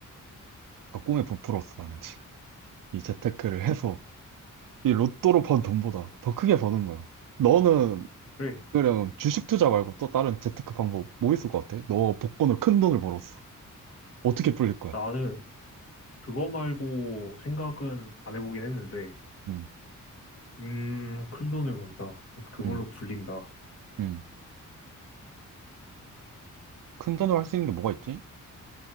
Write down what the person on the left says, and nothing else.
그래.
나는 그거 말고 생각은 안 해보긴 했는데,
음, 큰 돈을 번다. 그걸로
불린다.